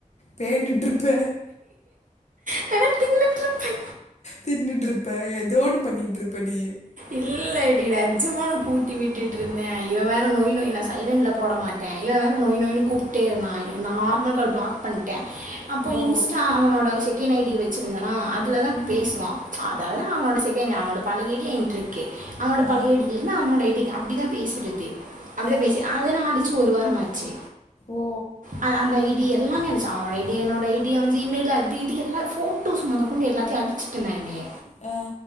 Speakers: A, on the left (about 55°); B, on the right (about 70°).
A: பேண்ட்டு இருப்ப
B: இல்லன தின்னுட்டு இருப்பே
A: தின்னுட்டு இருப்ப எதோ ஒன்னு பண்ணிட்டு இருப்ப நீ
B: இல்லடி நெஜமா நா கூட்டி விட்டுட்டு ருந்தே இவ வேற நொய் நொய் நா சைலண்டல போட மாட் டே இவே வேற நொய் நொய் ன்னு கூப்ட்டே இருந்தா எ நா நார்மல் கால் பிளாக் பண்ணிட் டே அப்போ
A: ஓ
B: இன்ஸ்டா அவனோட செகண்ட் ஐ டி வச்சிருந்தனா அதுல தா
A: ம்
B: பேசுவா அதனா அவனோட செகண்ட் ஐ டி அவனோட பழய ஐ டி ய என் ட்டிருக்கே அவனோட பழய
A: ஆ
B: ஐ டி இல்லனா அவனோட ஐ டி அப்டித்தா பேசுறது அப்டிதா
A: ஆ
B: பேசி அதனா அடிச் சு ஒரு வாரமாச்சு
A: ஓ
B: ஆ அந்த ஐ டி டி எல்லாமே அழிச்சு அவனோட ஐ டி என்னோட ஐ டி ய அவே ஜீ மெயில் அது இது எல்லா போட்டோஸ் மொத கொண்டு எல்லாத்தையு அழிச்சிட்டே நானே
A: அ